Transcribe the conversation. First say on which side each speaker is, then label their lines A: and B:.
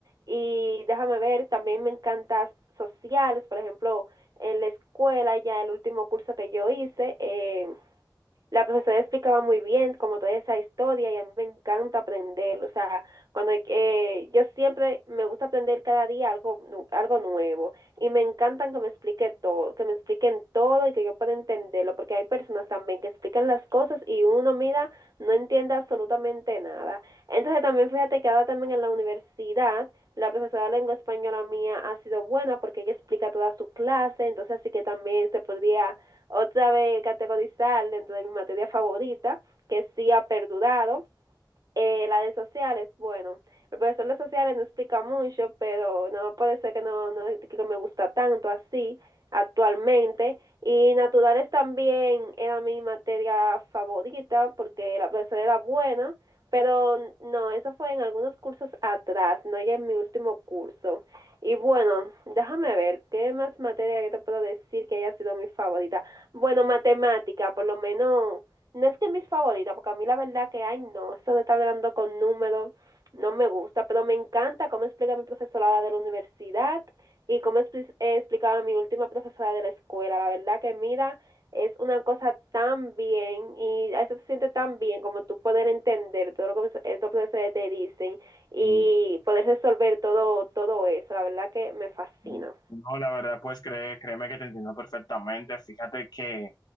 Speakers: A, on the right (about 55°); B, on the left (about 65°).
A: y déjame ver, también me encanta sociales, por ejemplo, en la escuela ya el último curso que yo hice, eh, la profesora explicaba muy bien como toda esa historia y a mí me encanta aprender, o sea, cuando eh, yo siempre me gusta aprender cada día algo nu- algo nuevo y me encantan que me explique todo, que me expliquen todo y que yo pueda entenderlo, porque hay personas también que explican las cosas y uno mira, no entiende absolutamente nada. Entonces también fíjate que ahora también en la universidad la profesora de lengua española mía ha sido buena porque ella explica toda su clase, entonces así que también se podría otra vez categorizar dentro de mi materia favorita, que sí ha perdurado, eh, la de sociales, bueno, el profesor de sociales no explica mucho, pero no puede ser que no, no que me gusta tanto así actualmente. Y naturales también era mi materia favorita porque la profesora era buena, pero no, eso fue en algunos cursos atrás, no ya en mi último curso. Y bueno, déjame ver, ¿qué más materia yo te puedo decir que haya sido mi favorita? Bueno, matemática, por lo menos no es que mis favoritas, porque a mí la verdad que, ay, no, eso de estar hablando con números no me gusta, pero me encanta cómo explica mi profesora de la universidad y cómo expli- eh, explicaba mi última profesora de la escuela. La verdad que, mira, es una cosa tan bien y a eso se siente tan bien como tú poder entender todo lo que estos profesores te dicen y
B: Mm,
A: poder resolver todo, todo eso. La verdad que me fascina.
B: mm, No, la verdad, pues cree, créeme que te entiendo perfectamente. Fíjate que,